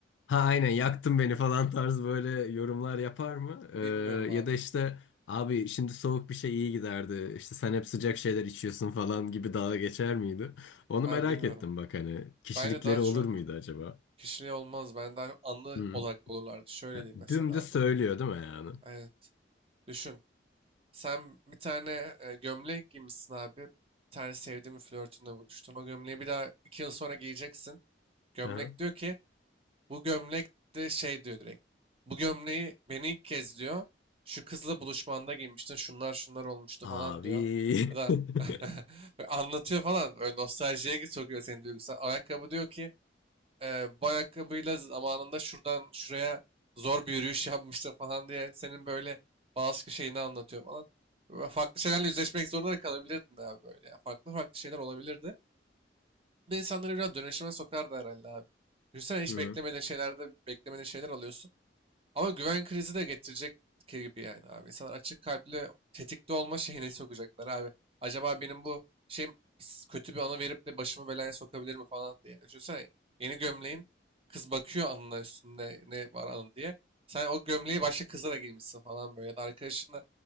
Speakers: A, on the left; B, on the right.
A: ha aynen yaktın beni falan tarzı böyle yorumlar yapar mı? E,
B: Bilmiyorum abi.
A: ya da işte abi şimdi soğuk bir şey iyi giderdi. İşte sen hep sıcak şeyler içiyorsun falan gibi dalga geçer miydi? Onu
B: Abi
A: merak
B: bilmiyorum.
A: ettim bak hani kişilikleri
B: Bence daha çok
A: olur muydu acaba?
B: kişiliği olmaz. Ben daha anlı
A: Hı.
B: odaklı olurlardı. Şöyle
A: Ha,
B: diyeyim mesela
A: Dümdüz
B: abi.
A: söylüyor değil mi yani?
B: Evet. Düşün. Sen bir tane e, gömlek giymişsin abi. Bir tane sevdiğin bir flörtünle buluştun. O gömleği bir daha iki yıl sonra giyeceksin. Gömlek
A: Aha.
B: diyor ki Bu gömlek de şey diyor direkt. Bu gömleği beni ilk kez diyor. Şu kızla buluşmanda giymiştin. Şunlar şunlar olmuştu
A: Abi.
B: falan diyor. Ya da
A: <laughs>
B: <laughs> böyle anlatıyor falan. Böyle nostaljiye gir- sokuyor seni duygusal. Ayakkabı diyor ki e, bu ayakkabıyla zamanında şuradan şuraya zor bir yürüyüş yapmıştı falan diye senin böyle bazı şeyini anlatıyor falan. Böyle farklı şeylerle yüzleşmek zorunda da kalabilirdin abi böyle. ya. Farklı farklı şeyler olabilirdi. Bu da insanları biraz dönüşüme sokar da herhalde abi. Düşünsene hiç
A: Hı hı.
B: beklemediğin şeylerde beklemediğin şeyler alıyorsun. Ama güven krizi de getirecek gibi yani abi. İnsanlar açık kalpli tetikte olma şeyine <laughs> sokacaklar abi. Acaba benim bu şeyim s- kötü bir anı verip de başımı belaya sokabilir mi falan diye. Düşünsene yeni gömleğin kız bakıyor anına üstünde ne var anı diye. Sen o gömleği başka kıza da giymişsin falan böyle. Ya da arkadaşınla